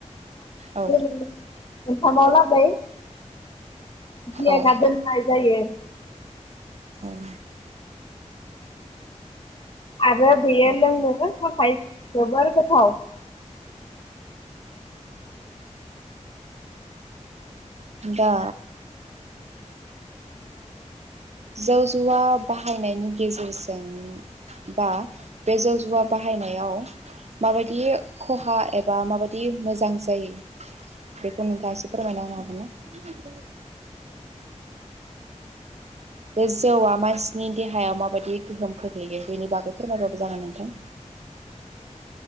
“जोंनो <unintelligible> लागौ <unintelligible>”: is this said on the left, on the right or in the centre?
Left